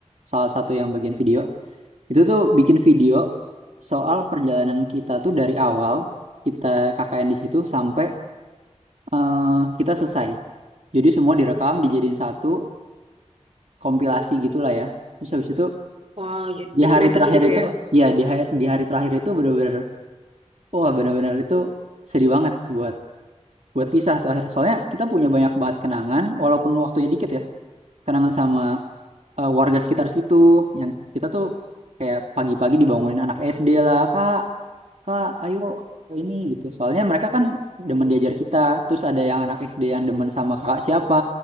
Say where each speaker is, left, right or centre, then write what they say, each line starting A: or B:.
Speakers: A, on the right; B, on the right.
A: Salah satu yang bagian video itu tuh bikin video soal perjalanan kita tuh dari awal kita KKN di situ sampai eh, kita selesai. Jadi semua direkam dijadiin satu kompilasi gitulah ya. Terus habis itu
B: Wow, jadi
A: di
B: dokumentasi
A: hari terakhir
B: gitu
A: itu
B: ya?
A: ya di hari, di hari terakhir itu bener-bener wah bener-bener itu sedih banget buat buat pisah tuh akhirnya. Soalnya kita punya banyak banget kenangan, walaupun waktunya dikit ya. Kenangan sama eh, warga sekitar situ, yang kita tuh kayak pagi-pagi dibangunin anak SD lah, kak, kak, ayo ini gitu. Soalnya mereka kan demen diajar kita, terus ada yang anak SD yang demen sama kakak siapa,